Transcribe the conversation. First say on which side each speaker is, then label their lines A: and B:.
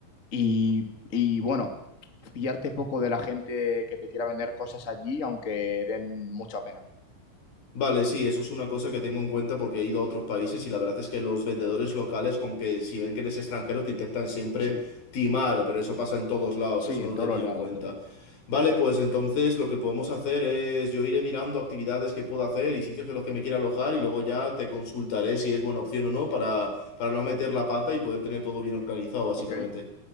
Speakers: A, on the left; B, on the left.
A: y, y bueno, pillarte poco de la gente que te quiera vender cosas allí, aunque den mucha pena.
B: Vale, sí, eso es una cosa que tengo en cuenta porque he ido a otros países y la verdad es que los vendedores locales como que si ven que eres extranjero te intentan siempre
A: Sí,
B: timar, pero eso pasa en todos lados,
A: sí,
B: eso lo
A: en todos
B: tenía
A: los lados,
B: en cuenta.
A: claro.
B: Vale, pues entonces lo que podemos hacer es yo iré mirando actividades que puedo hacer y sitios en los que me quiera alojar y luego ya te consultaré si es buena opción o no para, para no meter la pata y poder tener todo bien organizado, básicamente.
A: Ok,